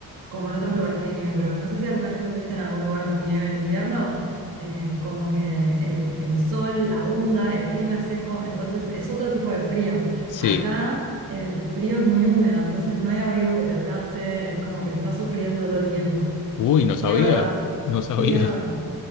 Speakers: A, on the right (about 65°); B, on the left (about 55°).
A: como en otros lugares que hay nieve, pero no sé si alguna vez estuviste en algún lugar con nieve en invierno, eh, como que el, el sol abunda, el clima es seco, entonces es otro tipo de frío.
B: Sí.
A: Acá... El frío es muy húmedo, entonces no hay abrigo que te alcance, es como que estás sufriendo todo el tiempo.
B: Uy,
A: Eh,
B: no
A: sí,
B: sabía.
A: es verdad.
B: No sabía.
A: Sí, es verdad.